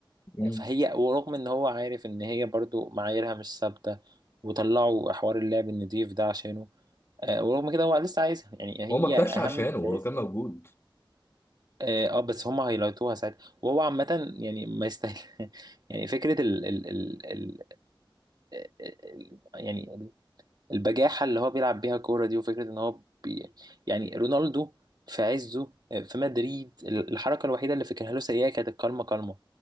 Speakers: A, on the left; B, on the right.
A: مم.
B: آه، فهي ورغم ان هو عارف ان هي برضو معاييرها مش ثابته وطلعوا حوار اللعب النضيف ده عشانه آه، ورغم كده هو لسه عايزها يعني هي
A: هو ما طلعش
B: اهم
A: عشانه هو
B: جايزه
A: كان موجود
B: اه آه، بس هم هيلايتوها ساعتها وهو عامه يعني ما يستاهل <laughs> يعني فكرة ال ال ال آه، آه، آه، يعني البجاحة اللي هو بيلعب بيها كورة دي وفكرة ان هو بي يعني رونالدو في عزه آه، في مدريد الحركة الوحيدة اللي فاكرها له سيئة كانت الكلمة كلمة